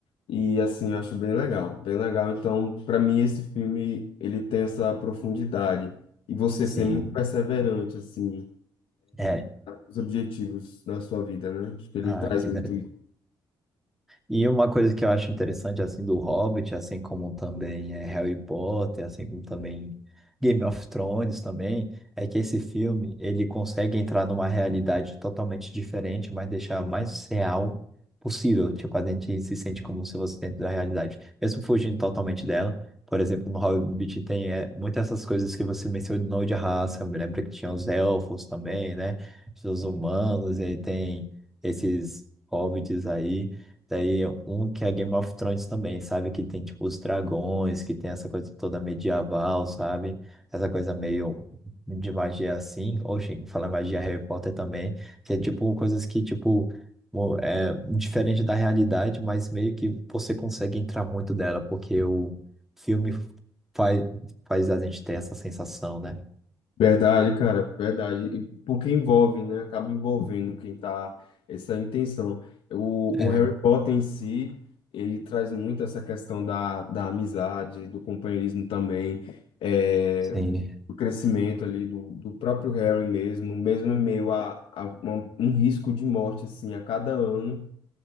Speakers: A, on the left (about 75°); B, in the centre.
A: E assim, eu acho bem legal, bem legal. Então, para mim esse filme, ele tem essa profundidade e você
B: Sim.
A: ser muito perseverante assim,
B: É.
A: os objetivos na sua vida, né? Acho que ele
B: Ah,
A: traz
B: que
A: muito
B: E uma coisa que eu acho interessante, assim, do Hobbit, assim como também é Harry Potter, assim como também Game of Thrones também, é que esse filme, ele consegue entrar numa realidade totalmente diferente, mas deixar mais real possível. Tipo, a gente se sente como se fosse dentro da realidade, mesmo fugindo totalmente dela. Por exemplo, no Hobbit tem é, muitas essas coisas que você mencionou de raça. Eu me lembro que tinha os elfos também, né? Os humanos, e aí tem esses hobbits aí. Daí um que é Game of Thrones também, sabe? Que tem tipo os dragões, que tem essa coisa toda medieval, sabe? Essa coisa meio de magia assim. Oxe, fala magia Harry Potter também, que é tipo coisas que tipo mo- é diferente da realidade, mas meio que você consegue entrar muito dela, porque o filme faz, faz a gente ter essa sensação, né?
A: Verdade, cara, verdade. E porque envolve, né? Acaba envolvendo quem tá essa intenção. O,
B: É,
A: o Harry Potter em si, ele traz muito essa questão da, da amizade, do companheirismo também, é,
B: sim.
A: do crescimento ali do, do próprio Harry mesmo, mesmo em meio a, a uma- um risco de morte, assim, a cada ano